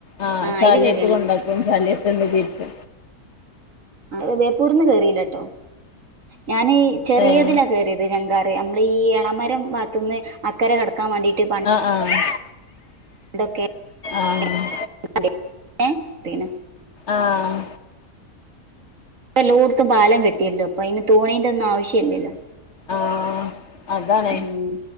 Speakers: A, on the left; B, on the right.
A: ആഹ്
B: ആ
A: ചാലിയത്ത്
B: അയില് കേറിയാണ്
A: കൊണ്ടുവക്കും ചാലിയത്ത് <unintelligible> തിരിച്ച്
B: ആഹ് ബേപ്പൂരിന്ന് കേറിയില്ലട്ടോ ഞാനി ചെറിയതിലാ
A: ഏഹ്
B: കേറി ജങ്കാറ് നമ്മള് ഈ എളമരം ഭാഗത്ത്ന്ന് അക്കരെ കടക്കാൻ വാണ്ടീട്ട് പ
A: അഹ് ആഹ്
B: <unintelligible>
A: ആഹ് ആഹ്
B: എല്ലോട്ത്തും പാലം കെട്ടില്ലോ ഇപ്പം അയിന് തോണിൻ്റെ ഒന്നും ആവശ്യല്ലല്ലോ.
A: ആഹ് അതാണേ
B: ഉം